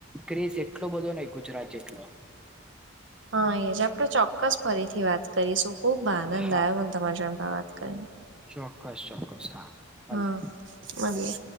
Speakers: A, in the centre; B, on the right (about 65°).
A: ક્રેસ એટલો બધો નય ગુજરાત જેટલો.
B: હા, એ જ આપણે ચોક્કસ ફરીથી વાત કરીશું. ખુબ આનંદ
A: હા
B: આયો મ તમારા જોડે આમ વાત કરીને.
A: ચોક્કસ ચોક્કસ હા. મળીએ
B: હા, મલીએ.